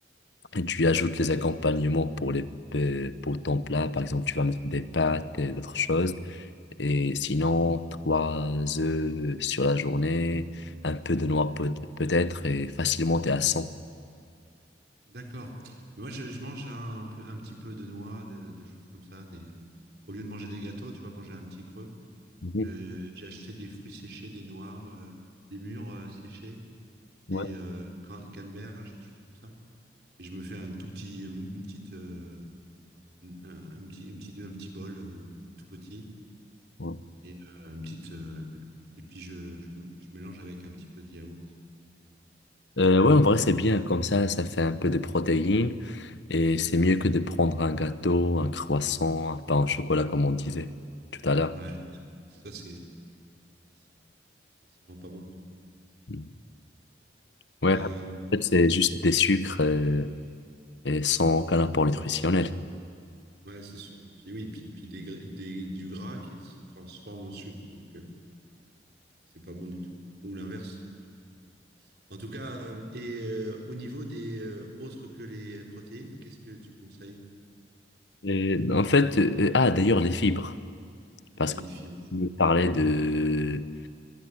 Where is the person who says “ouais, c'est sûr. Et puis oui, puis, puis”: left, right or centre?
Right